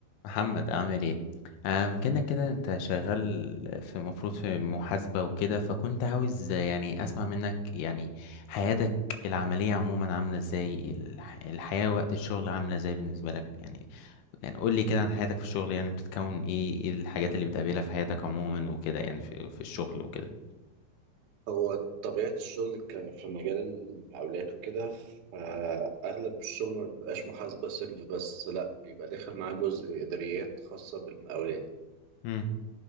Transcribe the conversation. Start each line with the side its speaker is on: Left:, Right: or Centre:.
Left: محمد عامل ايه؟ آم كنا كده انت شغال في مفروض في محاسبة وكده فكنت عاوز يعني اسمع منك يعني حياتك العملية عموما عاملة ازاي الح- الحياة وقت الشغل عاملة ازاي بالنسبة لك يعني يعني قول لي كده عن حياتك في الشغل يعني بتتكون ايه ايه الحاجات اللي بتقابلها في حياتك عموما وكده يعني في في الشغل وكده
Right: هو طبيعة الشغل ك- في مجال المقاولات وكده فأغلب الشغل ما بيبقاش محاسبة سيرف بس لأ بيبقى داخل معاه جزء إداريات خاصة بالمقاولات
Left: امم